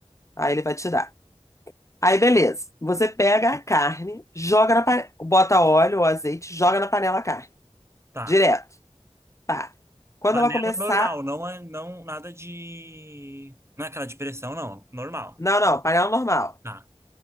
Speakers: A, on the left; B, on the right.
A: Aí ele vai tirar. Aí, beleza. Você pega a carne, joga na panela, bota óleo ou azeite, joga na panela a carne.
B: tá.
A: Direto. Tá. Quando
B: Panela
A: ela começar.
B: normal, não é não, nada de. Não é aquela de pressão, não. Normal.
A: Não, não, panela normal.
B: Tá.